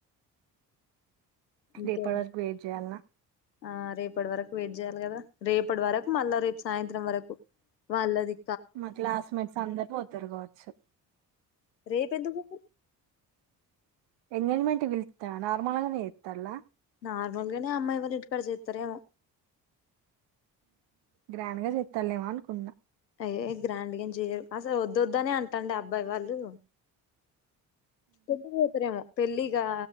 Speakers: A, on the left; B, on the right.
A: ఇంకే
B: రేపటి వరకు వెయిట్ చేయ్యాలినా
A: ఆ రేపటి వరకు వెయిట్ చేయాలి కదా రేపటి వరకు మళ్ళా రేపు సాయంత్రం వరకు మళ్ళది
B: మ క్లాస్మేట్స్ అందరు పోతారు గో చ్చ
A: రేపు ఎందుకు
B: ఎంగేజ్మెంట్ విళ్త నార్మల్ గానే చేతల
A: నార్మల్గానే అమ్మాయి ఎవరు ఇట్టుకాడ చెతారేమో
B: గ్రాండ్ గా చెస్తాాలేమో అనుకునా
A: అయ గ్రాండ్గాం చేయ్యరు అసలు వద్దొద్దనే అంటండి అబ్బాయి వాళ్ళు తు పోతార పెళ్లిిగా